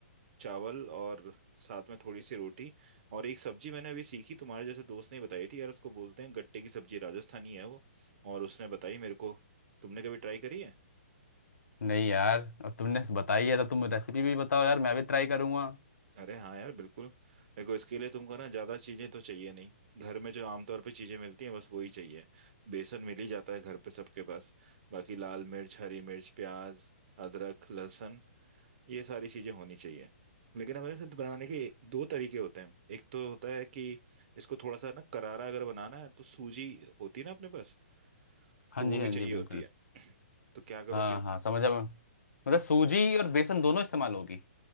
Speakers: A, on the right; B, on the left.
A: चावल और साथ में थोड़ी सी रोटी और एक सब्जी मैंने अभी सीखी तुम्हारे जैसे दोस्त ने बताई थी यार उसको बोलते हैं गट्टे की सब्जी राजस्थानी है वो और उसने बताई मेरे को तुमने कभी ट्राई करी है
B: नहीं यार अब तुमने बताई है तो तुम रेसिपी भी बताओ यार मैं भी ट्राई करूंगा
A: अरे हाँ यार बिल्कुल देखो इसके लिए तुमको ना ज्यादा चीजें तो चाहिए नहीं घर में जो आमतौर पे चीजें मिलती हैं बस वही चाहिए बेसन मिल ही जाता है घर पे सबके पास बाकी लाल मिर्च हरी मिर्च प्याज अदरक लहसुन ये सारी चीजें होनी चाहिए लेकिन हमें इसे बनाने के दो तरीके होते हैं एक तो होता है कि इसको थोड़ा सा ना करारा अगर बनाना है तो सूजी होती है ना अपने पास तो
B: हाँ
A: वो
B: जी
A: भी
B: हाँ
A: हम्म, चाहिए
B: जी बिल्कुल
A: होती है तो क्या करो
B: हाँ
A: कि
B: हाँ समझा मैं मतलब सूजी और बेसन दोनों इस्तेमाल होगी